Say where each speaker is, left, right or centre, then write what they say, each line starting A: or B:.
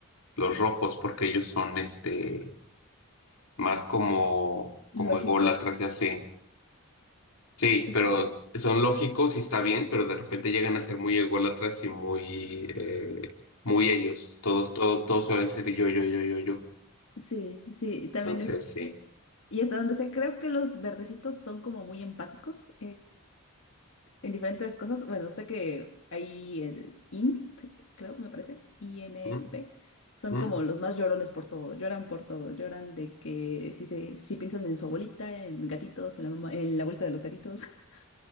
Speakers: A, on the left (about 80°); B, on the left (about 65°).
A: los rojos, porque ellos son este más como,
B: <laughs> Lógicos.
A: como ególatras y así. Sí,
B: S-
A: pero son lógicos y está bien, pero de repente llegan a ser muy ególatras y muy, eh, muy ellos. Todos, todo, todos suelen ser yo, yo, yo, yo, yo.
B: Sí, sí, sí, y también
A: Entonces,
B: este.
A: sí.
B: Y hasta donde sé, creo que los verdecitos son como muy empáticos en diferentes cosas. Bueno, sé que ahí el INF, creo, me parece, INFP,
A: ¿Mm?
B: son
A: ¿Mm?
B: como los más llorones por todo, lloran por todo, lloran de que si se, si piensan en su abuelita, en gatitos, en la mamá, en la vuelta de los gatitos. <laughs>